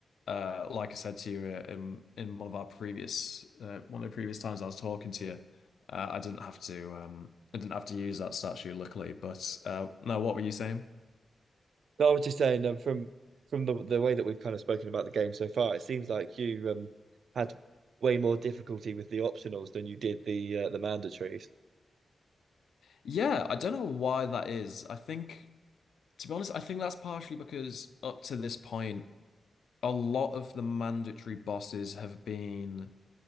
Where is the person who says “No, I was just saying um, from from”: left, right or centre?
Right